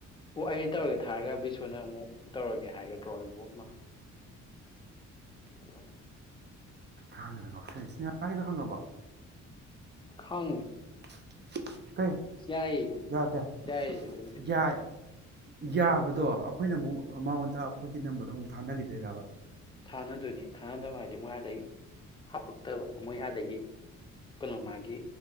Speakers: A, on the left; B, on the right.
A: ꯑꯣ ꯑꯩꯅ ꯇꯧꯔꯒꯦ ꯊꯥꯔꯒ ꯕꯤꯁꯣꯅ ꯑꯃꯨꯛ ꯇꯧꯔꯒꯦ ꯍꯥꯏꯒꯗ꯭ꯔꯣ ꯑꯩꯕꯣ ꯑꯩꯃ ꯌꯥꯔ
B: ꯈꯤꯇꯪ <unintelligible> ꯄꯤꯂ꯭ꯏꯁ ꯉꯥꯁꯥꯏꯒꯤꯗꯣ ꯍꯪꯉꯕꯣ?
A: ꯈꯪ
B: <unintelligible>
A: ꯌꯥꯏꯌꯦ
B: ꯌꯥꯗꯦ
A: ꯌꯥꯏꯌꯦ ꯑꯗꯨꯕꯨꯗꯤ
B: ꯌꯥꯏ ꯌꯥꯕꯗꯣ ꯑꯩꯈꯣꯏꯅ ꯃꯨꯛ ꯑꯥ ꯃꯉꯣꯟꯗ ꯑꯩꯈꯣꯏꯒꯤ ꯅꯝꯕꯔꯗꯣ ꯑꯃꯨꯛ ꯊꯥꯅꯈꯤꯗꯣꯏꯔꯥꯕ?
A: ꯊꯥꯅꯗꯣꯏꯅꯦ ꯊꯥꯅꯕ ꯍꯥꯏꯗꯤ ꯃꯣꯏ ꯑꯗꯩ ꯍꯞꯄꯛꯇꯕ꯫ ꯑꯣ ꯃꯣꯏ ꯑꯗꯩꯒꯤ ꯀꯩꯅꯣ ꯃꯥꯒꯤ